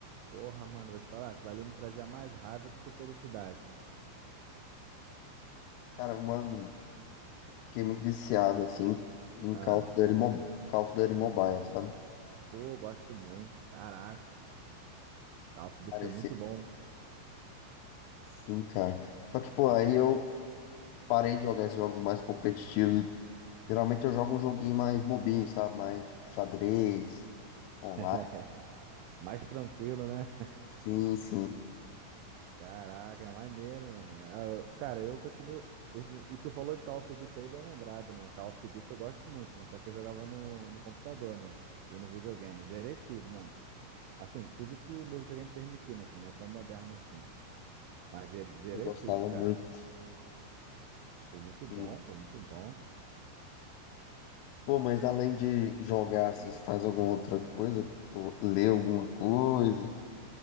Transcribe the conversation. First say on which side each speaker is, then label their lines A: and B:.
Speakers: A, on the right; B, on the left.
A: Porra, mano, vou te falar. Aquilo ali me trazia mais raiva do que felicidade.
B: Cara, uma. Fiquei muito viciado, assim, em
A: Ah,
B: Call of Duty, Mo- Call of Duty Mobile, sabe?
A: pô, gosto muito. Caraca. Call of
B: Cara,
A: Duty é
B: esse.
A: muito bom.
B: Sim, cara. Só que, pô, aí eu parei de jogar esses jogos mais competitivos. Geralmente eu jogo um joguinho mais bobinho, sabe? Mais tipo xadrez, online.
A: <laughs> Mais tranquilo, né?
B: Sim, sim.
A: Caraca, maneiro, mano. Cara, eu continuo. Esse... E tu falou de Call of Duty aí, bem lembrado, né? Call of Duty eu gosto muito, mas só que eu jogava no, no computador, né? E no videogame. Zerei tudo, mano. Assim, tudo que meu videogame permitir, né? Que não é tão moderno assim. Mas ze- zerei
B: Eu gostava
A: tudo, cara.
B: muito,
A: Pô, muito
B: sim.
A: bom, pô, muito bom.
B: Pô, mas além de jogar, assim, você faz alguma outra coisa? Pô, lê alguma coisa?